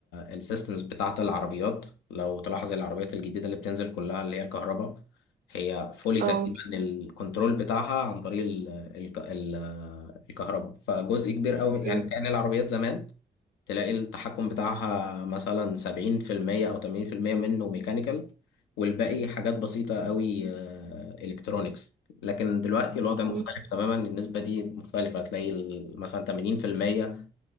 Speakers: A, on the left; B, on the right.
A: السيستمز بتاعه العربيات لو تلاحظ العربيات الجديده اللي بتنزل كلها اللي هي الكهرباء هي فولي
B: اه
A: تقريبا الكنترول بتاعها عن طريق ال- ال- ال- الكهرباء فجزء كبير قوي
B: مم.
A: يعني كأن العربيات زمان تلاقي التحكم بتاعها مثلا سبعين في المية أو تمانين في المية منه ميكانيكال والباقي حاجات بسيطة قوي إلكترونيكس لكن دلوقتي الوضع مختلف
B: مم.
A: تماما النسبة دي مختلفة هتلاقي ال- مثلا تمانين في المية